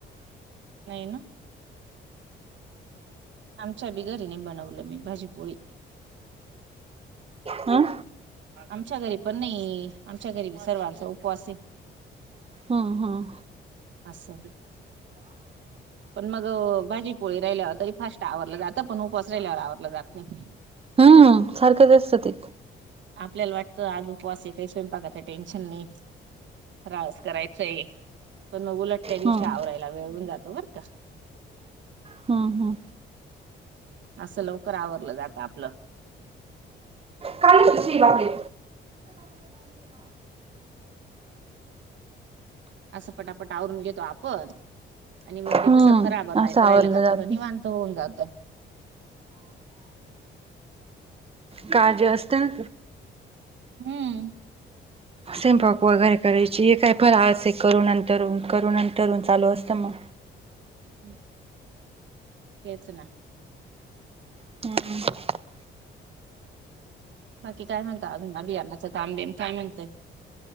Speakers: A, on the right; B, on the right.
A: काय ना? आमच्या बी घरी नाही बनवलं मी भाजीपोळी.
B: हं
A: आमच्या घरी पण नाही, आमच्या घरी सर्वांचा उपवास आहे.
B: हं, हं.
A: असं पण मग भाजी पोळी राहिल्यावर तरी फास्ट आवरलं जातं, पण उपवास राहिल्यावर आवरलं जात नाही.
B: हम्म सारखंच असतं ते
A: आपल्याला वाटतं, आज उपवास आहे, काही स्वयंपाकाचं काही टेन्शन नाही. फराळाच करायचंय. पण मग उलट त्या दिवशी
B: हम्म
A: आवरायला वेळ होऊन जातो, बरं का?
B: हं, हं.
A: असं लवकर आवरलं जातं आपलं.
B: का <inaudible> <unintelligible> वांगे
A: का <inaudible> <unintelligible> असं पटापट आवरून घेतो आपण आणि मग ते
B: हम्म
A: कसं, फराळ बनवायचं
B: असं आवरलं
A: राहिलं का
B: जात.
A: थोडं निवांत. त होऊन जातं.
B: काळजी असते ना
A: हं
B: स्वयंपाक वगैरे करायचं, हे काय फराळ असं करून, नंतर करू, नंतर करू चालू असतं मग.
A: हं, तेच ना
B: हं
A: बाकी काय म्हणता, अजून अभियानाचं कामबिम काय म्हणतंय?